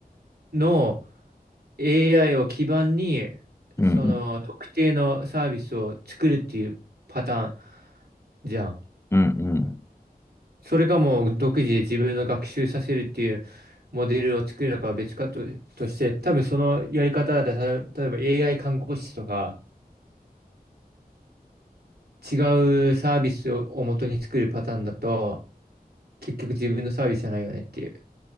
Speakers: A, on the right (about 75°); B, on the left (about 15°).
A: の AI を基盤に、
B: うん、
A: その特定のサービスを作るっていうパターンじゃん。
B: うん、
A: それかもう独自で自分の学習させるっていうモデルを作るのかは別かと、として、多分そのやり方だと、た例えば AI 看護師とか違うサービスを、を元に作るパターンだと、結局自分のサービスじゃないよねっていう。